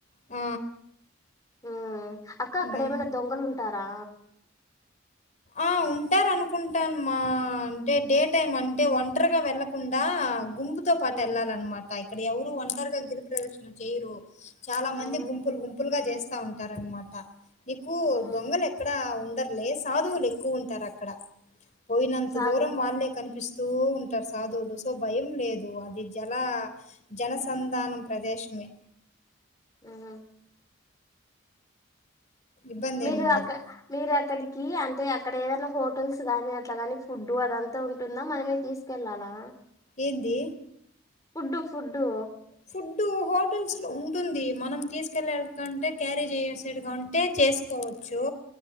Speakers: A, on the left (about 35°); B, on the left (about 15°).
A: ఆ
B: మ్మ్ అక్క అక్కడ
A: దాని
B: ఏమైనా దొంగలు ఉన్ ఉంటారా
A: ఆ ఉంటారు అనుకుంటాను మా అంటే డే టైం అంటే ఒంటరిగా వెళ్ళకుండా గుంపుతో పాటు
B: ఉమ్
A: వెళ్ళాలన్నమాట పై అక్కడ ఎవరూ ఒంటారుగా గిరిప్రదర్శన చేయ్యరు చాలా మంది
B: ఉమ్
A: గుంపులు గుంపు పులుగా చేస్తా ఉంటారనమాట నీకు
B: ఉమ్
A: దొంగలు ఎక్కడ ఉన్ టారు లేస్ సాధువులు ఎక్కువ ఉంటారు అక్కడ పోయినంత
B: సాగు
A: దూరం వాళ్ళే కనిపిస్ తూ ఉంటారు సాధువులు సో భయం లేదు అది జల జనసంధానం ప్రదేశమే
B: మ్మ్ హు
A: ఇబ్బందేముండదు.
B: మీరు అక్కడ మీరు అక్కడి కి అంటే అక్కడ ఏదైనా హోటల్స్ గాని అట్లాగాని ఫుడ్డు అదంతా ఉంటుందా మనమే తీసుకెళ్ళాలా
A: ఏంది
B: ఫుడ్డు ఫుడ్డు
A: ఫుడ్డు హోటల్స్ లో ఉంటుంది, మనం తీసుకెళ్ళ కంటే క్యారీ చేసైడ్ కంటే చేసుకోవచ్చు